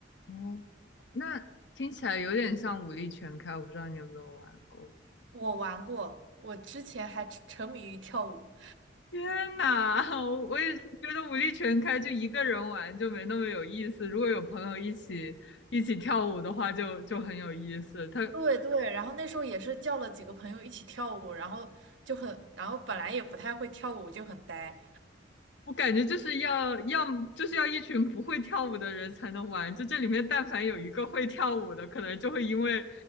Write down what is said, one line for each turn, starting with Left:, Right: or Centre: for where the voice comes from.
Left: 哦，那听起来有点像武力全开，我不知道你有没有玩过。
Right: 我玩过，我之前还沉沉迷于跳舞。
Left: 天呐，<laughs> 我我也是觉得武力全开，就一个人玩就没那么有意思。如果有朋友一起一起跳舞的话就，就很有意思。他
Right: 对对，然后那时候也是叫了几个朋友一起跳舞，然后就很，然后本来也不太会跳舞，就很呆。
Left: 我感觉就是要要么就是要一群不会跳舞的人才能玩。就这里面，但凡有一个会跳舞的，可能就会因为